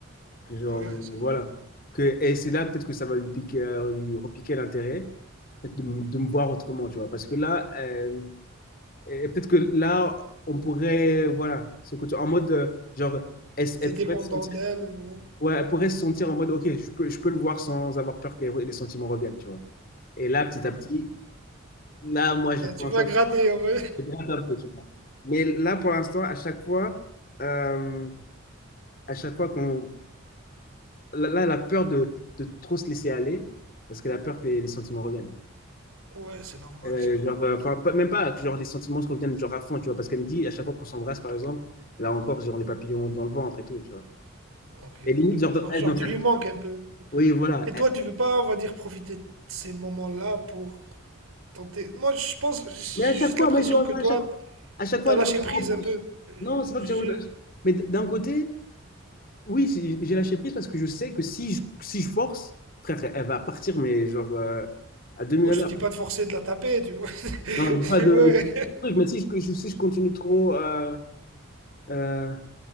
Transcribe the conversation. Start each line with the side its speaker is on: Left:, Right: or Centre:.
Left: Que genre,
Right: ouais, c'est
Left: voilà.
Right: vrai.
Left: Que, et c'est là peut-être que ça va lui piquer, euh, lui repiquer l'intérêt, peut-être de, m- de me voir autrement, tu vois. Parce que là, euh, et peut-être que là, on pourrait, voilà, ce côté, en mode, euh, genre, elle, elle
Right: T'es dépendant
Left: pourrait se sentir,
Right: d'elle, ouais.
Left: ouais, elle pourrait se sentir en mode, ok, je peux, je peux le voir sans avoir peur que les, les sentiments reviennent, tu vois. Et là, petit
Right: Ouais.
Left: à petit, là, moi, je
Right: Là,
Left: fais
Right: tu
Left: en
Right: vas
Left: sorte
Right: gratter, on va...
Left: de gratter un peu, tu vois. Mais là, pour l'instant, à chaque fois, euh, à chaque fois qu'on là, là, elle a peur de, de trop se laisser aller parce qu'elle a peur que les, les sentiments reviennent.
Right: Ouais, c'est normal,
Left: Euh,
Right: c'est normal.
Left: genre, euh, enfin, pas- même pas que genre, les sentiments se reviennent genre à fond, tu vois, parce qu'elle me dit à chaque fois qu'on s'embrasse, par exemple, elle a encore genre, les papillons dans le ventre et tout, tu vois.
Right: Ok.
Left: Et limite, genre,
Right: Alors,
Left: dans- elle,
Right: genre,
Left: dans
Right: tu
Left: sa-
Right: lui manques un peu.
Left: Oui, voilà.
Right: Et toi,
Left: Elle-
Right: tu veux pas, on va dire, profiter de ces moments-là pour tenter. Moi, je pense, j'ai
Left: Mais à chaque
Right: juste
Left: fois,
Right: l'impression
Left: mais je- à
Right: que toi,
Left: chaque, à chaque fois,
Right: t'as
Left: elle
Right: lâché
Left: me, elle
Right: prise
Left: me repousse.
Right: un peu.
Left: Non, c'est pas
Right: Je...
Left: que j'ai... Mais d- d'un côté, oui, j'ai j'ai lâché prise parce que je sais que si je, si je force, frère, elle va partir, mais genre euh, à 2000
Right: Moi,
Left: à
Right: je
Left: l'heure.
Right: te dis pas de forcer de la taper, tu vois. <laughs>
Left: Non, pas de
Right: Ouais,
Left: truc, mais si je, si je continue trop... euh, Euh,